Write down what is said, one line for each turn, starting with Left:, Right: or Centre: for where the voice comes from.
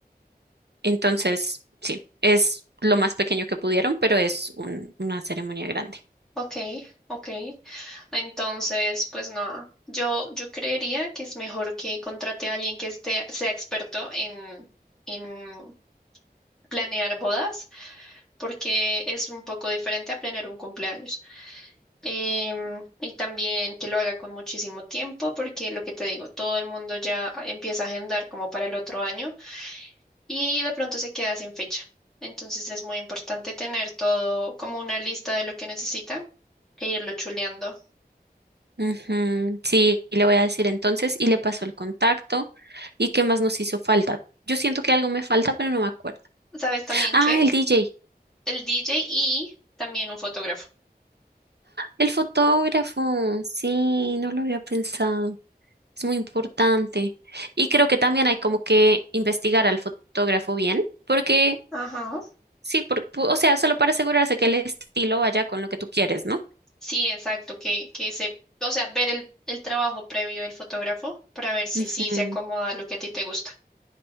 Right: Entonces, sí, es lo más pequeño que pudieron, pero es un- una ceremonia grande.
Centre: Ok, ok. Entonces, pues nada, yo, yo creería que es mejor que contrate a alguien que esté, sea experto en, en planear bodas, porque es un poco diferente a planear un cumpleaños. Em, y también que lo haga con muchísimo tiempo, porque lo que te digo, todo el mundo ya empieza a agendar como para el otro año y de pronto se queda sin fecha. Entonces es muy importante tener todo como una lista de lo que necesita e irlo chuleando.
Right: Ujú, Sí, le voy a decir entonces y le paso el contacto y qué más nos hizo falta. Yo siento que algo me falta, pero no me acuerdo.
Centre: ¿Sabes también
Right: Ah,
Centre: qué?
Right: el DJ,
Centre: El DJ y también un fotógrafo.
Right: el fotógrafo. Sí, no lo había pensado. Es muy importante. Y creo que también hay como que investigar al fotógrafo bien, porque
Centre: Ajá.
Right: sí, por, pu- o sea, solo para asegurarse que el estilo vaya con lo que tú quieres, ¿no?
Centre: Sí, exacto, que, que se, o sea, ver el, el trabajo previo del fotógrafo para ver si
Right: Ujú,
Centre: sí se acomoda a lo que a ti te gusta.